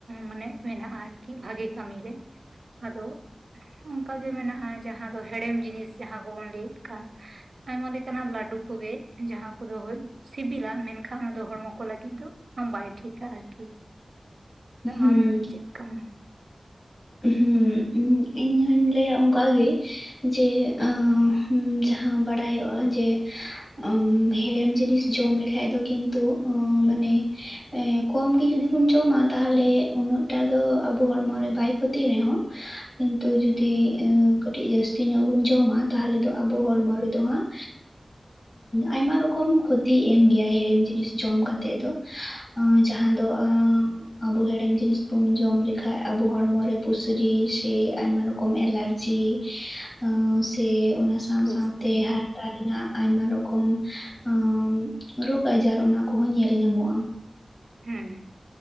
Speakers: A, on the right; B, on the left.
A: ᱢᱟᱱᱮ ᱢᱮᱱᱟᱜᱼᱟ ᱟᱨᱠᱤ ᱵᱷᱟᱜᱤ ᱠᱟᱹᱢᱤ ᱨᱮ ᱟᱫᱚ ᱚᱱᱠᱟᱜᱮ ᱢᱮᱱᱟᱜᱼᱟ ᱡᱟᱦᱟᱸ ᱫᱚ ᱦᱮᱲᱮᱢ ᱡᱤᱱᱤᱥ ᱡᱟᱦᱟᱸ ᱠᱚᱵᱚᱱ ᱞᱟᱹᱭᱮᱫ ᱠᱟᱱ ᱟᱭᱢᱟ ᱞᱮᱠᱟᱱᱟᱜ ᱞᱟᱹᱰᱩ ᱠᱚᱜᱮ ᱡᱟᱦᱟᱸ ᱠᱚᱫᱚ ᱥᱤᱵᱤᱞᱟ ᱢᱮᱱᱠᱷᱟᱱ ᱠᱷᱟᱱ ᱚᱱᱟ ᱫᱚ ᱦᱚᱲᱢᱚ ᱠᱚ ᱞᱟᱹᱜᱤᱫ ᱫᱚ ᱵᱟᱭ ᱴᱷᱤᱠᱟ ᱟᱨᱠᱤ
B: ᱦᱩᱸ
A: ᱟᱢ ᱪᱮᱫᱠᱟᱢ
B: ᱦᱸᱮ ᱤᱧ ᱦᱚᱧ ᱞᱟᱹᱭᱟ ᱚᱱᱠᱟᱜᱤ ᱡᱮ ᱚᱸ ᱡᱟᱦᱟᱸ ᱵᱟᱲᱟᱭᱚᱜᱼᱟ ᱡᱮ ᱩ ᱦᱮᱲᱮᱢ ᱡᱤᱱᱤᱥ ᱡᱚᱢ ᱞᱮᱠᱷᱟᱡ ᱫᱚ ᱚ ᱠᱤᱱᱛᱩ ᱢᱟᱱᱮ ᱠᱚᱢ ᱜᱮ ᱡᱩᱫᱤ ᱵᱚᱱ ᱡᱚᱢᱟ ᱛᱟᱦᱚᱞᱮ ᱩᱱᱟᱹᱜ ᱴᱟ ᱫᱚ ᱟᱵᱚ ᱦᱚᱲᱢᱚ ᱵᱟᱭ ᱠᱷᱚᱛᱤ ᱨᱮᱦᱚᱸ ᱠᱤᱱᱛᱩ ᱡᱩᱫᱤ ᱠᱟᱹᱴᱤᱡ ᱡᱟᱹᱥᱛᱤ ᱧᱚᱜ ᱵᱚᱱ ᱡᱚᱢᱟ ᱛᱟᱦᱚᱞᱮ ᱫᱚ ᱟᱵᱚ ᱦᱚᱲᱢᱚ ᱨᱮᱫᱚ ᱦᱟᱸᱜ ᱟᱭᱢᱟ ᱨᱚᱠᱚᱢ ᱠᱷᱚᱛᱤ ᱮᱢ ᱜᱮᱭᱟ ᱦᱮᱲᱮᱢ ᱡᱤᱱᱤᱥ ᱡᱚᱢ ᱠᱟᱛᱮᱜ ᱫᱚ ᱡᱟᱦᱟᱸ ᱫᱚ ᱚᱸᱻ ᱟᱵᱚ ᱦᱮᱲᱮᱢ ᱡᱤᱱᱤᱥ ᱵᱩᱱ ᱡᱚᱢ ᱞᱮᱠᱟᱱ ᱟᱵᱚ ᱦᱚᱲᱢᱚ ᱨᱮ ᱯᱩᱥᱨᱤ ᱥᱮ ᱟᱭᱢᱟ ᱨᱚᱠᱚᱢ ᱮᱞᱟᱨᱡᱤ ᱚᱸ ᱥᱮ ᱚᱱᱟ ᱥᱟᱶ
A: ᱠᱩᱥᱤᱭᱟᱜᱼᱟ
B: ᱥᱟᱶ ᱛᱮ ᱟᱨ ᱟᱜ ᱨᱮᱱᱟᱜ ᱟᱭᱢᱟ ᱨᱚᱠᱚᱢ ᱚᱸ ᱨᱳᱜᱽ ᱟᱡᱟᱨ ᱚᱱᱟ ᱠᱚᱦᱚᱸ ᱧᱮᱞ ᱧᱟᱢᱚᱜᱼᱟ ᱾
A: ᱦᱮᱸ